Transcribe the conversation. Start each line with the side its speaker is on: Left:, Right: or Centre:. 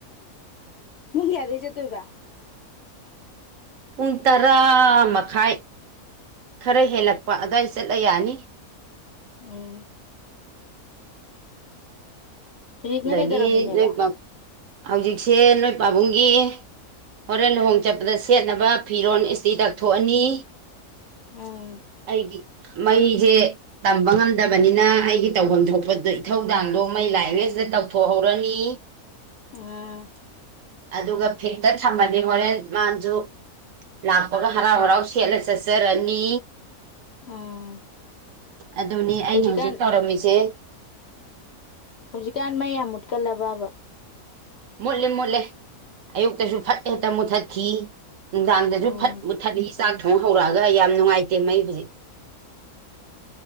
Left: ꯄꯨꯡ ꯀꯌꯥꯗꯩ ꯆꯠꯇꯣꯏꯕ
Right: ꯄꯨꯡ ꯇꯔꯥ ꯃꯈꯥꯏ ꯈꯔ ꯍꯦꯜꯂꯛꯄ ꯑꯗꯨꯋꯥꯏ ꯆꯠꯂ ꯌꯥꯅꯤ
Left: ꯎꯝ ꯍꯧꯖꯤꯛꯅ
Right: ꯑꯗꯒꯤ
Left: ꯀꯩꯗꯧꯔꯝꯃꯤꯅꯦꯕ
Right: ꯅꯣꯏ ꯍꯧꯖꯤꯛꯁꯦ ꯅꯣꯏ ꯄꯥꯕꯨꯡꯒꯤ ꯍꯣꯔꯦꯟ ꯂꯨꯍꯣꯡ ꯆꯠꯄꯗ ꯁꯦꯠꯅꯕ ꯐꯤꯔꯣꯜ ꯏꯁꯇꯤ ꯇꯛꯊꯣꯛꯑꯅꯤ
Left: ꯎꯝ
Right: ꯑꯩꯒꯤ ꯃꯩꯁꯦ ꯇꯝꯕ ꯉꯝꯗꯕꯅꯤꯅ ꯑꯩꯒꯤ ꯇꯧꯐꯝ ꯊꯣꯛꯄꯗ ꯏꯊꯧꯗꯥꯡꯗꯣ ꯃꯩ ꯂꯥꯛꯉꯩ ꯁꯤꯗ ꯇꯧꯊꯣꯛꯍꯧꯔꯅꯤ
Left: ꯎꯝ
Right: ꯑꯗꯨꯒ ꯐꯤꯠꯇ ꯊꯝꯃꯗꯤ ꯍꯣꯔꯦꯟ ꯃꯥꯅꯁꯨ ꯂꯥꯛꯄꯒ ꯍꯔꯥꯎ ꯍꯔꯥꯎ ꯁꯦꯠꯂ ꯆꯠꯆꯔꯅꯤ
Left: ꯎꯝ
Right: ꯑꯗꯨꯅꯦ
Left: ꯍꯧꯖꯤꯛꯀꯥꯟ
Right: ꯑꯩꯅ ꯍꯧꯖꯤꯛ ꯇꯧꯔꯝꯃꯤꯁꯦ
Left: ꯍꯧꯖꯤꯛꯀꯥꯟ ꯃꯩ ꯌꯥꯝ ꯃꯨꯠꯀꯜꯂꯕꯕ
Right: ꯃꯨꯠꯂꯦ ꯃꯨꯠꯂꯦ ꯑꯌꯨꯛꯇꯁꯨ ꯐꯠ ꯍꯦꯛꯇ ꯃꯨꯊꯠꯈꯤ ꯅꯨꯡꯗꯥꯡꯗꯖꯨ
Left: ꯎꯝ
Right: ꯐꯠ ꯃꯨꯊꯠꯂꯤ ꯆꯥꯛ ꯊꯣꯡ ꯍꯧꯔꯛꯑꯒ ꯌꯥꯝ ꯅꯨꯡꯉꯥꯏꯇꯦ ꯃꯩ ꯍꯨꯖꯤꯛ